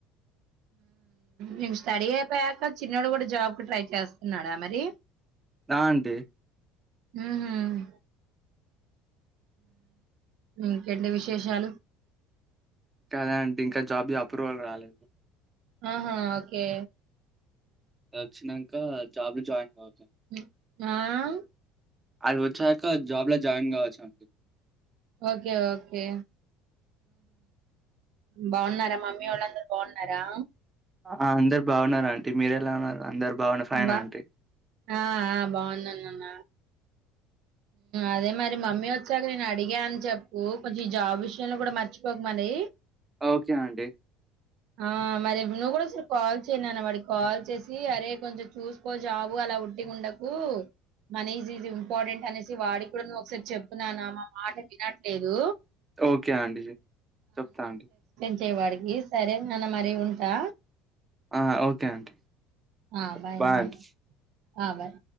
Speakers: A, on the right; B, on the right.
A: హమ్ స్టడీ అయిపోయాక చిన్నడు కూడా జాబ్ కి ట్రై చేస్తున్నాడా మరి
B: నా అంటే
A: ఉహూ ఇంకేంటి విశేషాలు
B: కదా అండి ఇంకా జాబీ అప్రూవల్ రాలేదు
A: ఆహా ఓకే
B: వచ్చినాక జాబ్ లో జాయిన్ కావాలి
A: <unintelligible> ఆఆ అని
B: అది వచ్చాక జాబ్ లో జాయిన్ కావచ్చు
A: ఓకే ఓకే బాగున్నారా మమ్మీ వాళ్ళందరుూ బాగున్నారా
B: ఆ అందరరు బాగున్నారు అంటీ మీర ఎలా ఉన్నారు అందరు బాగున్నా ఫైనా
A: బా
B: అంటీ?
A: ఆ బాగున్నాను నాన్న అదే మరి మమ్మీ వచ్చాక నేను అడిగా అని చెప్పు కొంచెం ఈ జాబ్ విషయంలో కూడా మర్చిపోక మరి
B: ఓకే అండి.
A: ఆహ్ మరి ఇప్పుడు నువ్వు కూడా కాల్ చెయ్ నాన్న వాడికి కాల్ చేసి అరే కొంచెం చూసుకో జాబు అలా ఉట్టిగ ఉండకు మనీజ్ ఈజ్ ఇంపార్టెంట్ అనేసి వాడికి కూడా ఒకసారి చెప్పునాన్నా మా మాట వినట్లేదు
B: ఓకే ఆంటీ చెప్తా ఆంటీ
A: వచ్చేవాడికి సరేనాన్న మరి ఉంటా
B: ఆ ఓకే ఆంటీ
A: ఆ
B: సరే బాయ్
A: నాన్న
B: అంటి
A: ఆ బాయ్